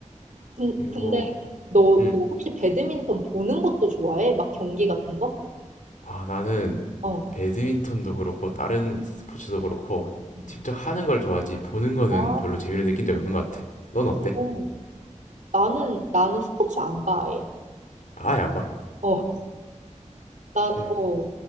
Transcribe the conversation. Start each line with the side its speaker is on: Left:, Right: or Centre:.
Right: 근-
Left: 그리고
Right: 근데 너,
Left: 음
Right: 너 혹시 배드민턴 보는 것도 좋아해? 막 경기 같은 거?
Left: 아, 나는
Right: 어.
Left: 배드민턴도 그렇고 다른 스포츠도 그렇고
Right: 음.
Left: 직접 하는 걸 좋아하지 보는 거는
Right: 아,
Left: 별로 재미를 느낀 적이 없는 것 같아. 넌 어때?
Right: 오. 나는, 나는 스포츠 안 봐, 아예.
Left: 아예 안 봐?
Right: 어, 나,
Left: 실
Right: 어,